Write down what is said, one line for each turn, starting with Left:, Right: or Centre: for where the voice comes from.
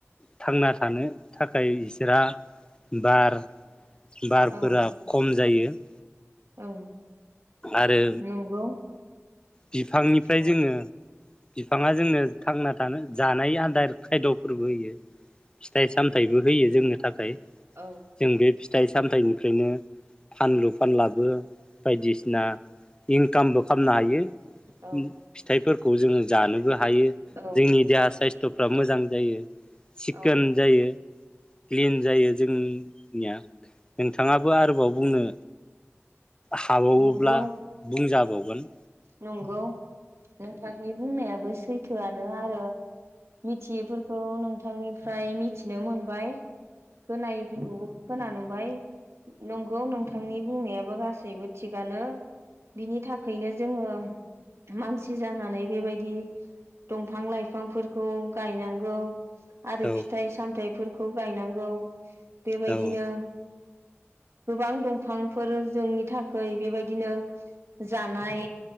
Left: थांना थानो थाखाय रा बार बारफोरा
Right: औ
Left: खम जायो। <inaudible>
Right: औ
Left: आरो
Right: नंगौ
Left: बिफांनिफ्राय
Right: औ
Left: जोङो बिफाङा जोंनो थांना थानो जानाय आदार खायद'फोरबो होयो फिथाइ सामथाइबो होयो जोंनो थाखाय जों
Right: औ
Left: बे फिथ फिथाइ सामथाइनिफ्रायनो फानलु फानलाबो बायदिसिना इंकामबो खामनो हायो। फिथाइफोरखौ
Right: औ
Left: जोङो जानोबो हायो
Right: औ
Left: जोंनि देहा साइस्थ'फ्रा मोजां जायो चकोन
Right: औ
Left: जायो क्लिन जायो जोंनिया नोंथाङाबो आरोबाव बुंनो हाबावोब्ला
Right: नंगौ
Left: बुंजाबावगोन
Right: नंगौ नोंथांनि बुंनायाबो सैथोआनो आरो मिथियैफोरखौ नोंथांनिफ्राय मिथिनो मोनबाय खोनायैफोरखौबो खोनानो मोनबाय नंगौ नोंथांनि बुंनायाबो गासैबो थिगानो बिनि थाखाय नो जोङो मानसि जानानै बेबायदि दंफां लाइफांफोरखौ गायनांगौ आरो
Left: औ
Right: फिथाइ सामथायफोरखौ खौ गायनांगौ बेबायदिनो
Left: औ
Right: गोबां दंफांफोर जोंनि थाखाय बेबायदिनो जानाय